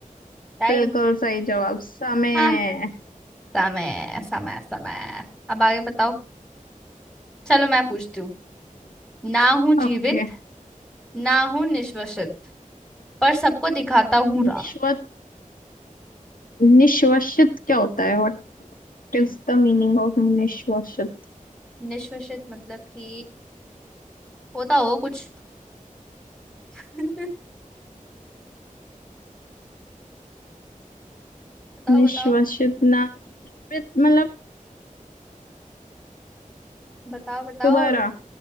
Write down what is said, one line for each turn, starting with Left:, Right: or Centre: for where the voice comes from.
Centre: टाइम
Left: बिल्कुल सही जवाब समय
Centre: हाँ समय समय समय अब आगे बताओ चलो मैं पूछती हूँ ना हूँ जीवित
Left: ओके
Centre: ना हूँ निश्वसित पर सबको दिखाता हूँ
Left: निश्वत
Centre: राह
Left: निश्वसित क्या होता है What is the meaning of निश्वसित
Centre: निश्वसित मतलब कि होता हो कुछ <laughs> बताओ
Left: निश्वसित
Centre: बताओ
Left: ना जीवित मतलब
Centre: बताओ बताओ
Left: दोबारा